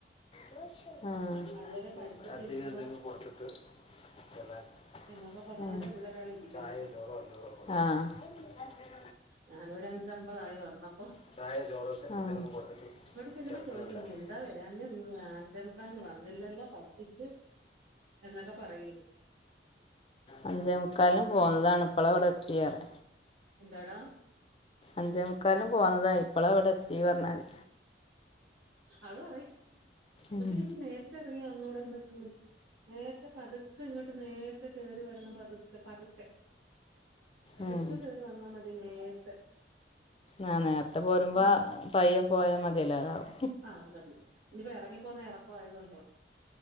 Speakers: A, on the left; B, on the right.
A: ആഹ്
B: അതുവരെ പഠിച്ചിട്ട് ഇരിക്കുക
A: അ
B: എന്നൊക്കെ പറഞ്ഞോണ്ട് ഇവിടെ ഒരാൾ
A: ആഹ്
B: ഇരിക്കുന്നെ ഞാന് ഒരു അഞ്ചമ്പതായി വന്നപ്പം.
A: ആഹ്
B: ചെല്ലുമ്പോ ചോദിക്കും ഇനി എന്താ വരാഞ്ഞ് നീ അഞ്ചേ മുക്കലിന് വന്നില്ലല്ലാ പറ്റിച്ച് എന്നൊക്കെ പറയും ഇനി.
A: അഞ്ചേമുക്കാലിന് പോന്നതാണ് ഇപ്പളാ ഇവിടെ എ പിയറ്
B: എന്താടാ
A: അഞ്ചേമുക്കാലിന് പോന്നതാ ഇപ്പളാ ഇവിടെ എത്തി എന്ന് പറഞ്ഞാതി.
B: അവള് പറയും ഉമ്മച്ചി,
A: ഉം
B: ഉമ്മച്ചി നേരത്തെ ഇറങ്ങി വന്നൂടെ ഉമ്മച്ചി. നേര്ത്തെ പതുക്കെ ഇങ്ങട്ട് നേര്ത്തെ കേറി വരണം പതുക്കെ പതുക്കെ പതുക്കെ
A: ഉം
B: കേറി വന്നാ മതി നേരത്തെ
A: ആഹ് നേരത്തെ പോരുമ്പോ
B: ഉം
A: പയ്യപോയാ മതിയല്ലോ അതാവും
B: ആ അത് മതി ഇനിയിപ്പോ ഇറങ്ങിപ്പോകുന്ന ഇറക്ക ആയതുകൊണ്ട്.